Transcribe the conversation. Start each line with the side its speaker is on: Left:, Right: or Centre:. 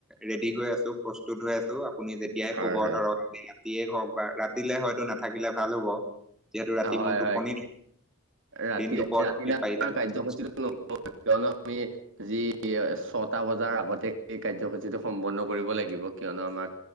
Centre: ৰেডি হৈ আছোঁ। প্ৰস্তুত হৈ আছোঁ। আপুনি যেতিয়া য়াই
Right: হয়
Centre: ক'ব
Right: হয়।
Centre: ধৰক, ৰাতিয়ে হওক বা ৰাতিলে হয়তো নাথাকিলে ভাল হ'ব। যিহেতু ৰাতি
Right: হয়
Centre: মোৰ টোপনি,
Right: হয় ৰাতি
Centre: দিন দুপৰত
Right: ৰাতিলে
Centre: আমি পাৰিলে
Right: আমাৰ
Centre: <unintelligible>
Right: <unintelligible> কিয়নো আমি যি ছটা বজাৰ আগতে এই কাৰ্যসূচীটো সম্পন্ন কৰিব লাগিব। কিয়নো আমাক